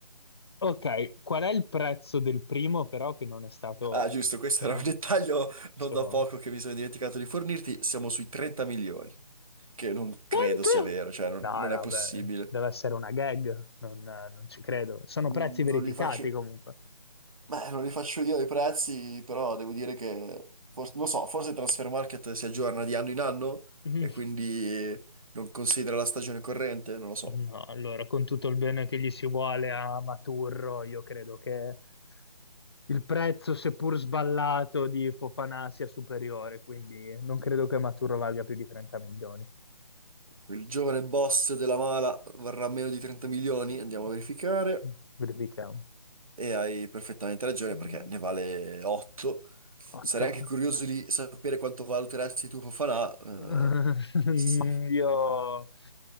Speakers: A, on the left; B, on the right.
A: ok, qual è il prezzo del primo però che non è stato
B: Ah, giusto, questo
A: menzionato?
B: era un dettaglio
A: Sto-
B: non da poco che mi sono dimenticato di fornirti. Siamo sui 30 milioni, che non credo
A: Quanto?
B: sia vero, cioè non,
A: No,
B: non
A: no,
B: è possibile.
A: beh, deve essere una gag, non, non ci credo. Sono
B: Mm,
A: prezzi verificati
B: Non li faccio...
A: comunque.
B: Beh, non li faccio io i prezzi, però devo dire che... forse- non lo so, forse Transfer Market si aggiorna di anno in anno
A: <laughs>
B: e quindi non considera la stagione corrente, non lo so.
A: Mm. No, allora, con tutto il bene che gli si vuole a Maturro, io credo che il prezzo, seppur sballato, di Fofanà sia superiore, quindi non credo che Maturro valga più di 30 milioni.
B: Il giovane boss della mala varrà meno di 30 milioni,
A: Mm,
B: andiamo a verificare.
A: Verifichiamo.
B: E hai perfettamente ragione
A: Mm,
B: perché ne vale 8.
A: Otto.
B: Sarei anche curioso di sapere quanto valuteresti tu Fofana. eh,
A: <laughs> Mm,
B: sì,
A: Io